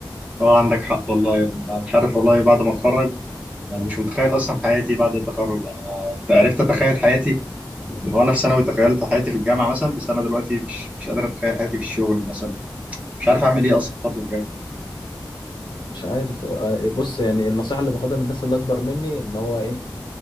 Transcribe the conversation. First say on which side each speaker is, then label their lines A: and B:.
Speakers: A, on the right; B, on the left.
A: اه عندك حق والله يا ابني انا مش عارف والله بعد ما اتخرج يعني مش متخيل اصلا حياتي بعد التخرج انا عرفت اتخيل حياتي وانا في ثانوي تخيلت حياتي في الجامعه مثلا بس انا دلوقتي مش مش قادر اتخيل حياتي في الشغل مثلا مش عارف اعمل ايه اصلا الخطوه الجايه
B: مش عارف آه، بص يعني النصيحة اللي باخدها من الناس اللي اكبر مني ان هو ايه